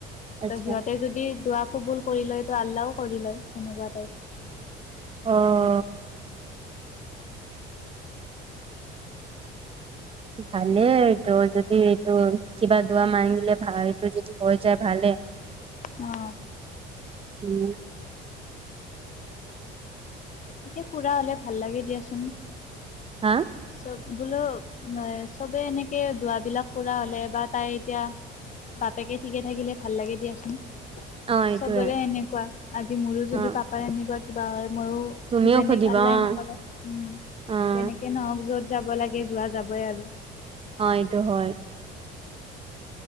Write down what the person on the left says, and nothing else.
ত সিহঁতে যদি দুৱা কোবুল কৰি লয় তো আল্লাহও কৰি লয় সেনেকুৱা টাইপ।
অ
তাকে, ফুৰা হ'লে ভাল লাগে দিয়াচোন',
চব, বোলোঁ এই', চবেই এনেকৈ দুৱাবিলাক পুৰা হ'লে বা তাই এতিয়া', বাপেকে ঠিকে থাকিলে ভাল লাগে দিয়াচোন',
চবৰে সেনেকুৱা, আজি মোৰো
যদি পাপাৰ এনেকুৱা কিবা হয় মইয়ো',
যেনেকে',
আল্লাই
নকৰক উম',
যেনেকে নহওঁক য'ত যাব লাগে যোৱা যাবই আৰু',